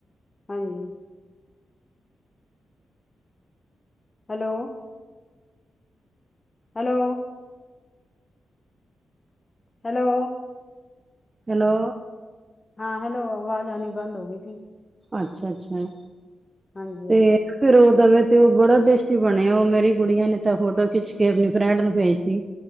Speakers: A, on the left; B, on the right.
A: ਹਾਂਜੀ hello hello hello
B: hello
A: hello ਆਵਾਜ਼ ਆਲੀ ਬੰਦ ਹੋ ਗਈ
B: ਅੱਛਾ ਅੱਛਾ
A: ਹਾਂਜੀ
B: ਤੇ
A: ਹਾਂਜੀ
B: ਫਿਰ ਉਹ ਦਵੇ ਤੇ ਬੜਾ ਟੇਸਟੀ ਬਣਿਆ ਉਹ ਮੇਰੀ ਕੁੜੀਆਂ ਨੇ ਤਾਂ ਫੋਟੋ ਖਿੱਚ ਕੇ ਨਿਊ ਫਰੈਂਡ ਨੂੰ ਭੇਜ ਤੀ